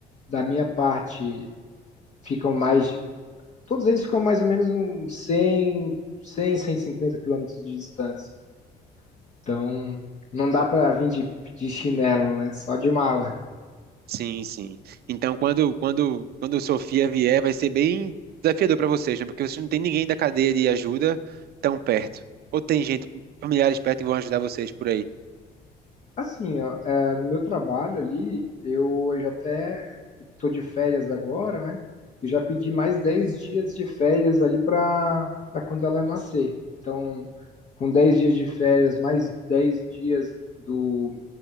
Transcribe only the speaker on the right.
Sim, sim. Então, quando quando quando Sofia vier, vai ser bem desafiador para vocês, né? Porque vocês não têm ninguém da cadeia de ajuda tão perto. Ou tem gente, familiares perto que vão ajudar vocês por aí.